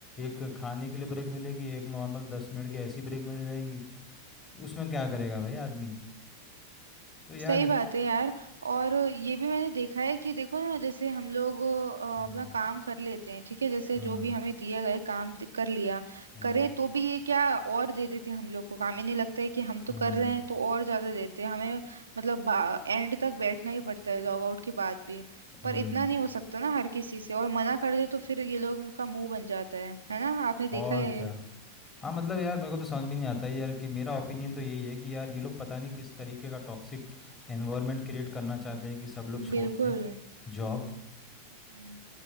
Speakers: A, on the left; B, on the right.
A: एक खाने के लिए ब्रेक मिलेगी एक नॉर्मल दस मिनट की ऐसी ब्रेक मिल जाएगी उसमें क्या करेगा भाई आदमी तो यार
B: सही बात है यार और ये भी मैंने देखा है कि देखो ना जैसे हम लोग अ,
A: हम्म
B: अपना काम कर लेते हैं ठीक है जैसे
A: हम्म
B: जो भी हमें दिया गया काम दि- कर लिया
A: हम्म
B: करें तो भी ये क्या और दे देते हैं हम लोग को काम इन्हें लगता है कि हम
A: हम्म
B: तो कर रहे हैं तो और ज्यादा देते हैं हमें मतलब एंड तक बैठना ही पड़ता है लॉग आउट के बाद भी
A: हम्म,
B: पर इतना नहीं हो सकता ना हर किसी से और मना कर दे तो फिर ये लोग का मुंह बन जाता है है ना आपने
A: और
B: देखा है
A: क्या हाँ मतलब यार मेरे को तो समझ भी नहीं आता है यार कि मेरा ओपिनियन तो यही है कि यार ये लोग पता नहीं किस तरीके का टॉक्सिक एनवायरनमेंट क्रिएट करना चाहते हैं कि सब लोग छोड़
B: बिल्कुल
A: के जॉब
B: हम्म।